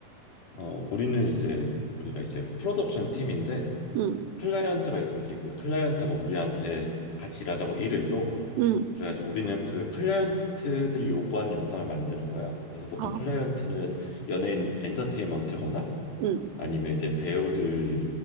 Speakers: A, on the left; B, on the right.
A: 어, 우리는 이제, 우리가 이제 프로덕션 팀인데,
B: 응,
A: 클라이언트가 있으면 이제 그 클라이언트가 우리한테 같이 일하자고 일을 줘.
B: 응,
A: 그래가지고 우리는 그 클라이언트들이 요구하는 영상을 만드는 거야. 그래서 보통
B: 아,
A: 클라이언트는 연예인 엔터테인먼트거나
B: 응,
A: 아니면 이제 배우들